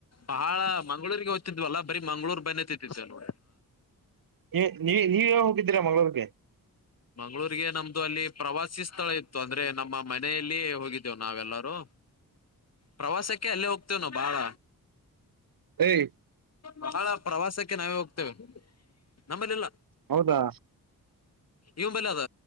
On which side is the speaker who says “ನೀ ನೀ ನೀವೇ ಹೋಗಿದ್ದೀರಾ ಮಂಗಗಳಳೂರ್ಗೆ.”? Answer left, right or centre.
Right